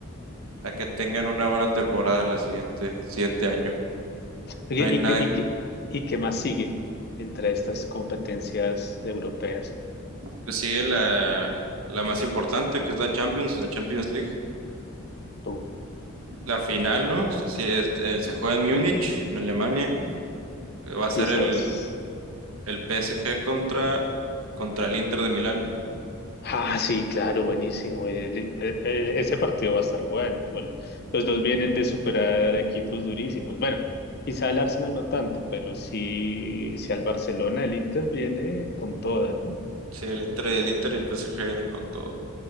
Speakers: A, on the right (about 85°); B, on the left (about 50°).
A: a que tengan una buena temporada la siguiente, el siguiente año.
B: Oye,
A: No hay
B: ¿y
A: nada
B: qué, y qué- y qué más sigue entre estas competencias europeas?
A: Pues sigue la, la más importante, que es la Champions, la Champions League.
B: Uh,
A: La final, ¿no? Sí, sí, es- eh, se juega en Múnich, en Alemania. Eh, Va a ser
B: y eso
A: el,
B: es.
A: el PSG contra, contra el Inter de Milán.
B: Ah, sí, claro, buenísimo. El- el- el- ese partido va a estar bueno. Igual, los dos vienen de superar equipos durísimos. Bueno, quizá el Arsenal no tanto, pero sí, sí al Barcelona, el Inter viene con toda, ¿no?
A: Sí, el Inter, el Inter y el PSG vienen con todo.